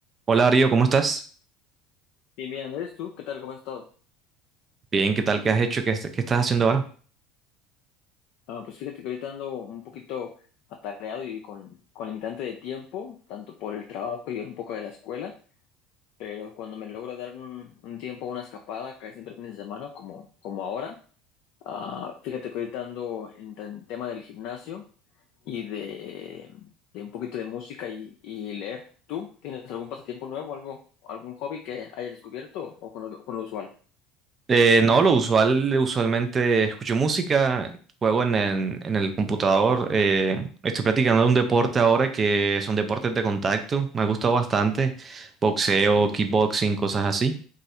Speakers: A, on the right; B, on the left.
A: Hola Darío, ¿cómo estás?
B: Bien, bien, Andrés, ¿tú qué tal? ¿Cómo has estado?
A: Bien, ¿qué tal? ¿Qué has hecho? ¿Qué, est- qué estás haciendo ahora?
B: Ah, pues fíjate que ahorita ando un poquito atareado y con, con limitante de tiempo, tanto por el trabajo y un poco de la escuela, pero cuando me logro dar un, un tiempo, una escapada, casi siempre fines de semana, como, como ahora, ah, fíjate que ahorita ando en el tema del gimnasio y de, de un poquito de música y, y leer. ¿Tú tienes algún pasatiempo nuevo, algo, algún hobby que hayas descubierto o con lo, con lo usual?
A: Eh, no, lo usual, usualmente escucho música, juego en el, en el computador, eh, estoy practicando un deporte ahora que son deportes de contacto, me ha gustado bastante, boxeo,
B: ¿Mm?
A: kickboxing, cosas así.